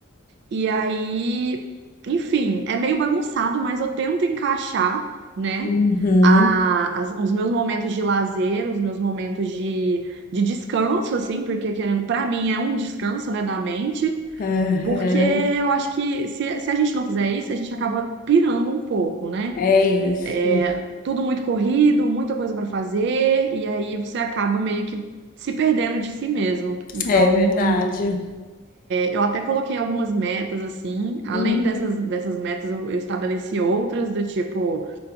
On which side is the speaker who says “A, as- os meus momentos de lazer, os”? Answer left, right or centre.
Right